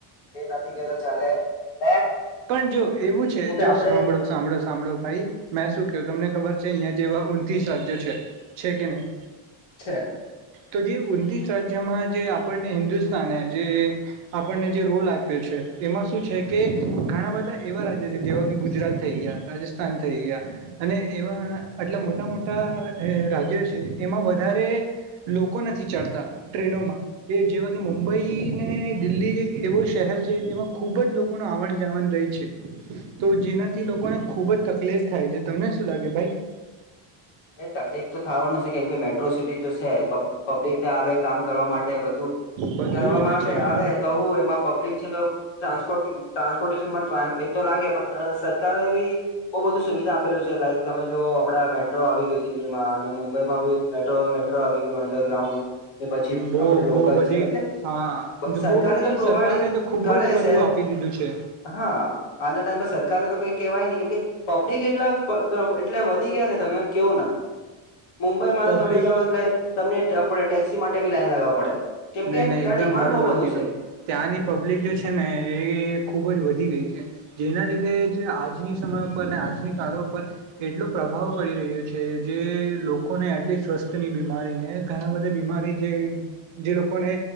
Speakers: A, on the left (about 70°); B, on the right (about 75°).
A: નથી ચલે હે.
B: પણ જો એવું છે, જો
A: આપડે
B: સાંભળો સાંભળો સાંભળો ભાઈ મે શું ક તમને ખબર છે. છે, અહિયાં જેવા ઉતસ રાજ્યો છે. છે કે નહી?
A: છે.
B: તો જે તસ રાજ્યમાં જે આપણને હિન્દુસ્તાને જે આપણને જે રોલ આપ્યો છે. એમાં શું છે કે ઘણા બધા એવા રાજ્ય છે, જેવા કે ગુજરાત થઈ ગયા, રાજસ્થાન થઈ ગયા, અને એવા એટલે મોટા મોટા રાજ્યો છે એમાં વધારે લોકો નથી ચડતા ટ્રેનોમાં એ જેવા કે મુંબઈ ને દિલ્હી એક એવો શહેર છે જેમાં ખુબ જ લોકો ન આવણ આવન જાવન રહે છે, તો જેનાથી લોકોને ખુબ જ તકલીફ થાય છે. તમને શું લાગે ભાઈ? હ.
A: એ તકલીફ તો થવાનું છે કેમ કે મેટ્રો સિટી જો છે, પબ્લિક ત આવે કામ કરવા માટે વધુ
B: બધું
A: કરવા
B: જ
A: માટે
B: હોય છે
A: આવે તો હું એમાં પબ્લિક છે, તો ટ્રાન્સપોર્ટ ટ્રાન્સપોર્ટેશનમાં ટ ટાઈમ તો લાગે પણ સરકારે બી બહુ બધુ સુવિધા આપેલું છે. લાઈક તમે જો હમણાં મે મેટ્રો આવી ગયો દિલ્હીમાં અને મુંબઈમાં મેટ્રો આવી ગયો અંડરગ્રાઉન્ડ ને પછી
B: બહુ
A: આપડે લોકલ
B: બો પધી
A: છે એટલે
B: હા બહ
A: સરકારે
B: પછી
A: તો પ્રોવાઈડિંગ
B: સરકારે તો ખુબ
A: કરે
B: જ બધું
A: છે
B: આપી દીધ દીધું છે.
A: હા, આજના ટાઈમ પર સરકારને તો કઈ કેવાય નહી. કેમ કે પબ્લિક એટલા એટલે વધી ગયા ને તમે કેવો ના મુંબઈમાં
B: પબ્લિક
A: તો તમે જાઓ એટલે તમને આપણે ટેક્સી માટે બી લાઈઇન લગાવવા પડે. કેમ
B: નહી
A: કે
B: નહી
A: ત્યાં
B: એકદમ
A: ડિમાન્ડ
B: બરોબર
A: બહુ બધું
B: કીધું.
A: છે
B: ત્યાંની પબ્લિક જે છે ને એ ખુબ જ વધી ગઈ છે. જેના લીધે જ આજની સમય ઉપર, આજની કાળો ઉપર એટલો પ્રભાવ પડી રહ્યો છે. જે લોકોને આટલી સ્વસ્થ ની બીમારી ને ઘણા બધી બીમારી જે જે લોકોને